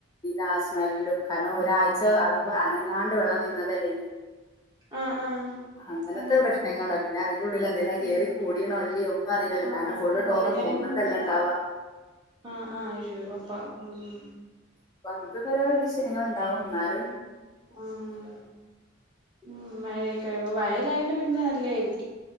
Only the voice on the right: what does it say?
ആഹ് ആഹ്.
അങ്ങനെ
ഉം
ആഹ്
അറിയാനും
പറ്റത്തില്ല
ആഹ് ആഹ് അത് ശരി അപ്പം ഉം.
ആഹ് ഉം മഴയൊക്കെവുമ്പ മയല്ലായൊണ്ട് പിന്നെ നല്ലേരിക്കും.